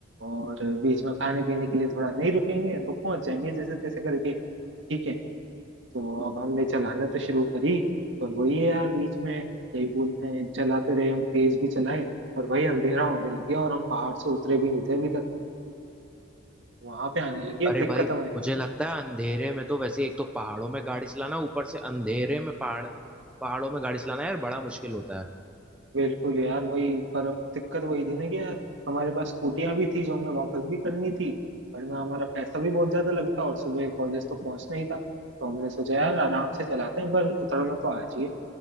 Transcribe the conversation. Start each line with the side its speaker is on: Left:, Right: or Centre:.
Right: और बीच में खाने पीने के लिए थोड़ा नहीं रुकेंगे तो पहुंच जाएंगे जैसे तैसे करके ठीक है तो अब हमने चलाना तो शुरू करी और वही है यार बीच में क्या ही बोलते हैं चलाते रहे हम तेज भी चलाए और भाई अंधेरा होने लग गया और हम पहाड़ से उतरे भी नहीं थे अभी तक वहां पे आने लगी अब
Centre: अरे
Right: दिक्कत
Centre: भाई
Right: हमें
Centre: मुझे लगता है अंधेरे में तो वैसे एक तो पहाड़ों में गाड़ी चलाना ऊपर से अंधेरे में पहाड़ पहाड़ों में गाड़ी चलाना यार बड़ा मुश्किल होता है
Right: बिल्कुल यार वही पर अब दिक्कत वही थी ना कि यार हमारे पास स्कूटियां भी थी जो हमें वापस भी करनी थी वरना हमारा पैसा भी बहुत ज्यादा लगता और सुबह कॉलेज तो पहुंचना ही था तो हमने सोचा यार आराम से चलाते हैं पर उतरना तो आज ही है